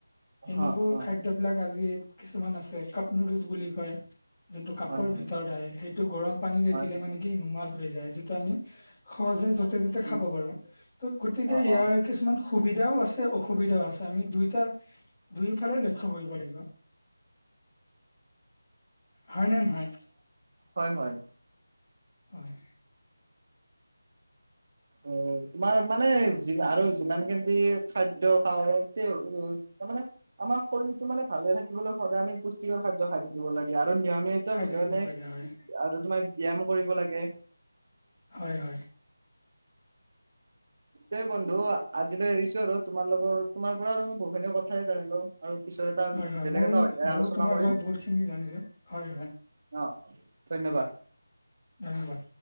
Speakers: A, on the right; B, on the left.
A: অ
B: এনেবোৰ
A: অ
B: খাদ্যবলাক আজি কিছুমান আছে কাপনৰুজ বুলি কয় যোনটো কাপোৰ
A: হয় হয়
B: ভিতৰত আহে সেইটো গৰম পানীৰে
A: হয়
B: দিলে মানে কি নোমাল হৈ যায় আমি সহজে য'তে য'তে
A: উম
B: খাব পাৰো ত গতিকে
A: অ
B: ইয়াৰ
A: অ
B: কিছুমান সুবিধাও আছে অসুবিধাও আছে আমি দুয়োটা দুয়োফালে লক্ষ্য কৰিব লাগিব হয় নে নহয়
A: হয় হয়
B: হয়
A: অ তোমাৰ মানে যি আৰু যিমান খিনি খাদ্যয় খাও তামানে আমাৰ শৰীৰতটো মানে ভালে থাকিবলৈ সদায় আমি পুষ্টিকৰ খাদ্য খাই থাকিব লাগে আৰু আৰু নিয়মিত
B: খাই
A: হ
B: থাকিব
A: মানে
B: লাগে হয়
A: আৰু তোমাৰ ব্যায়াম কৰিব লাগে
B: হয় হয়
A: তে বন্ধ আজিলৈ ঈশৰ তোমাৰ লগত তোমাৰ পৰা আৰু মই বহুখিনিয়ে কথাই জানিলোঁ। আৰু পিছত এটা
B: হয় হয়
A: বেলেগ
B: ময়ো
A: এটা অধ্যায়
B: ময়ো
A: আলোচনা
B: তোমাৰ
A: কৰিম।
B: পৰা বহুতখিনি জানিলোঁ হয় হয়
A: অ ধন্যবাদ।
B: ধন্যবাদ।